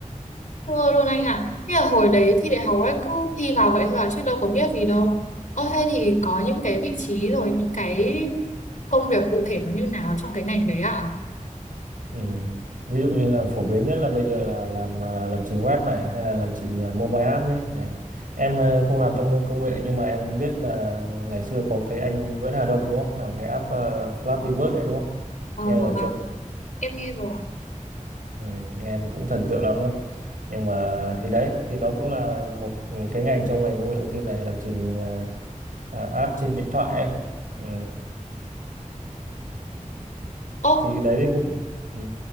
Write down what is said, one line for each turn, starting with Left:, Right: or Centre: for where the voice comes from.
Left: Thưa luôn anh ạ, Thế là hồi đấy thi đại học ấy cứ thi vào vậy thôi à, chứ đâu có biết gì đâu. Ơ thế thì có những cái vị trí rồi những cái công việc cụ thể nó như nào trong cái ngành đấy ạ? À?
Right: Ừ. Ví dụ như là phổ biến nhất là bây giờ là làm à, lập trình web này hay là lập trình à, mobile app nhé này em à, không làm trong công nghệ nhưng mà em biết là ngày xưa có cái anh Nguyễn Hà Đông đúng không làm cái app à, Flappy Bird đấy đúng không
Left: Ờ
Right: nghe
Left: vâng
Right: rồi
Left: ạ,
Right: chưa
Left: em nghe rồi. ạ.
Right: ừ. nghe thì cũng thần tượng lắm luôn nhưng mà thì đấy thì nó cũng là một cái ngành trong ngành công nghệ thông tin này lập trình à, à, app trên điện thoại ấy ừ.
Left: Ô,
Right: thì đấy thì cũng ừ.